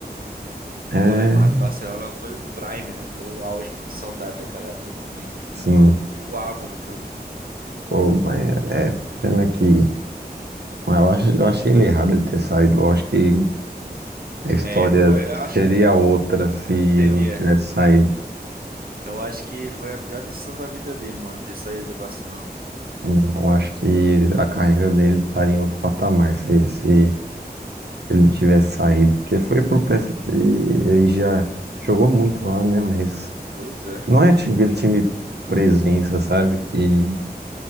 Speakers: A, on the right; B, on the right.
A: É.
B: Pô, Neymar do Barcelona foi o prime, né? Foi o auge, mano. Saudade daquela época também.
A: Sim.
B: O maluco voava no campo.
A: Pô, mas é. é Pena que. mas Eu acho, eu achei ele errado ele ter saído. Eu acho que a história
B: É, foi, eu
A: seria
B: acho que
A: outra se ele
B: seria.
A: não tivesse saído.
B: Eu acho que foi a pior decisão da vida dele, mano, ter saído do Barcelona.
A: Eu acho que a carreira dele estaria em outro patamar se, se ele não tivesse saído. Porque foi pro PSG e ele já jogou muito lá, né? Mas.
B: Pois é.
A: Não é tipo aquele time presença, sabe? Que,